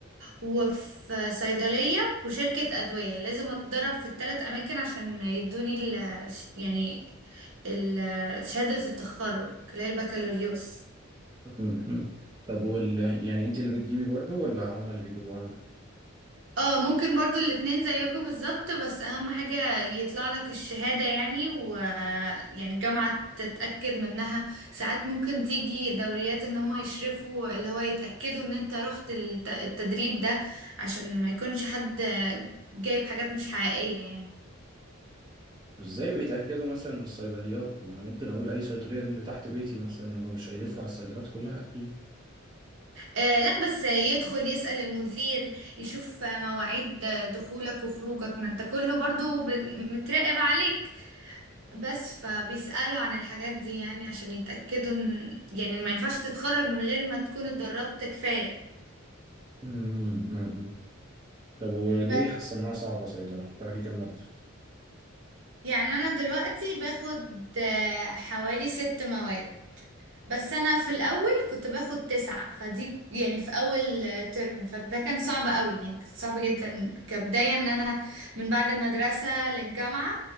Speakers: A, on the right (about 65°); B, on the right (about 20°).
A: وفي صيدلية وشركة أدوية لازم أتدرب في الثلاث أماكن عشان يدوني ال يعني ال شهادة التخرج اللي هي البكالوريوس
B: م- م. طب وال يعني انتي اللي بتجيبي برضو ولا هما اللي بيجيبوها لنا
A: اه ممكن برضو الاتنين زيكم بالظبط بس أهم حاجة يطلع لك الشهادة يعني و يعني الجامعة تتأكد منها ساعات ممكن تيجي دوريات ان هم يشرفوا اللي هو يتأكدوا ان انت رحت الت- التدريب ده عشان ما يكونش حد جايب حاجات مش حقيقية يعني
B: ازاي بيتأكدوا مثلا من الصيدليات طب ما انا ممكن اقول اي صيدلية اللي تحت بيتي مثلا هما مش هيلفوا على الصيدليات كلها اكيد
A: آه لا بس يدخل يسأل المدير يشوف آه، مواعيد آه، دخولك وخروجك ما انت كله برضو ب- متراقب عليك بس فبيسألوا عن الحاجات دي يعني عشان يتأكدوا ان يعني ما ينفعش تتخرج من غير ما تكون اتدربت كفاية
B: م- م- م. طب وليه
A: بس
B: حاسة انها صعبة صيدلة تاخدي كام مادة
A: يعني انا دلوقتي باخد آه، حوالي ست مواد بس انا في الاول كنت باخد تسعة فدي يعني في اول آه، ترم فده كان صعب قوي يعني كان صعب جدا كبداية ان انا من بعد المدرسة للجامعة